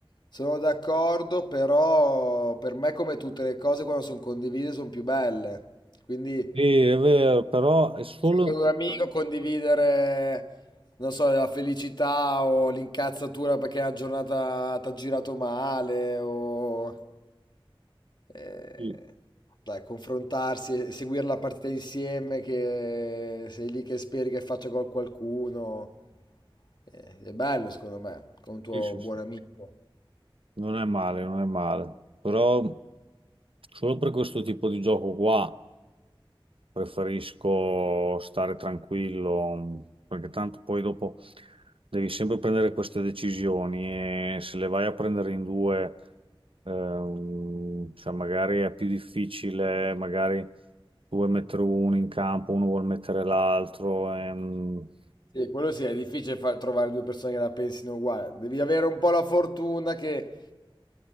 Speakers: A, on the left; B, on the right.
A: sono d'accordo, però per me come tutte le cose quando sono condivise sono più belle. Quindi
B: Sì, è vero, però è solo...
A: anche con un amico condividere, non so, la felicità o l'incazzatura perché la giornata ti ha girato male o... eh,
B: Sì,
A: dai, confrontarsi, e seguire la partita insieme che sei lì che speri che faccia gol qualcuno. Eh, è bello secondo me, con un tuo
B: sì, sì,
A: buon
B: sì.
A: amico.
B: Non è male, non è male. Però solo per questo tipo di gioco qua. preferisco stare tranquillo, mh, perché tanto poi dopo devi sempre prendere queste decisioni e se le vai a prendere in due, ehm, cioè magari è più difficile, magari tu vuoi mettere uno in campo, uno vuol mettere l'altro. ehm,
A: Sì, quello sì, è difficile fa- trovare due persone che la pensino uguale. Devi avere un po' la fortuna che